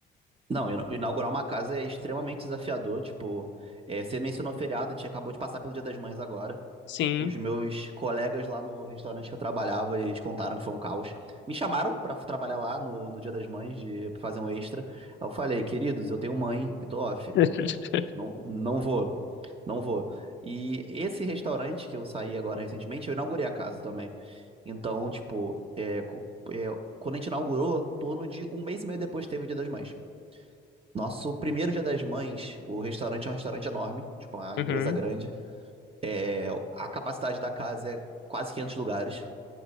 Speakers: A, on the right (about 30°); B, on the left (about 65°).
A: Não, ina- inaugurar uma casa é extremamente desafiador. Tipo, é, você mencionou feriado, a gente acabou de passar pelo Dia das Mães agora.
B: sim.
A: Os meus colegas lá no restaurante que eu trabalhava, eles contaram que foi um caos. Me chamaram pra trabalhar lá no, no Dia das Mães, de pra fazer um extra. Aí Eu falei, queridos, eu tenho mãe e tô off.
B: <laughs>
A: Não, não vou, não vou. E esse restaurante que eu saí agora recentemente, eu inaugurei a casa também. Então, tipo, é, co- é, quando a gente inaugurou, torno de um mês e meio depois teve o Dia das Mães. Nosso primeiro Dia das Mães, o restaurante é um restaurante enorme, tipo uma
B: Uhum.
A: empresa grande. É, a capacidade da casa é quase 500 lugares,